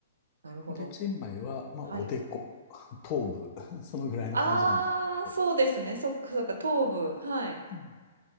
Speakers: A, on the right; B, on the left.
A: あ。なるほど。
B: で、チェンマイは、まあ、
A: はい。
B: おでこ、<laughs> 頭部、<laughs> そのぐらいの感じなんですけど。
A: ああ、そうですね。そっかそっか、東部。はい。
B: うん